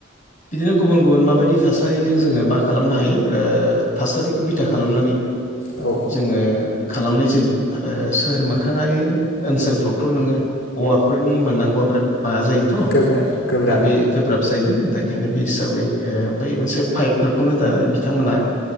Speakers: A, on the left; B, on the left.
A: बिदिनो गुबुन गुबुन माबायदि थासारिजों जोङो मा खालामनो हायो थासारिखौ बिथा खालामनानै
B: हायो ओ थासारिखौ बिथा खालामनानै ओ
A: जोङो खालामनाय जायो आरो सोहोर मोखाङारि ओनसोलफ्रावथ' नोङो औवाफोरनि मोननांगौआ बिराद माबा जायोथ'
B: गोरा गो
A: दा बे गोब्राब जायो दा बेखायनो बे हिसाबै बै मोनसे पाइपफोरखौनो दानानै बिथांमोना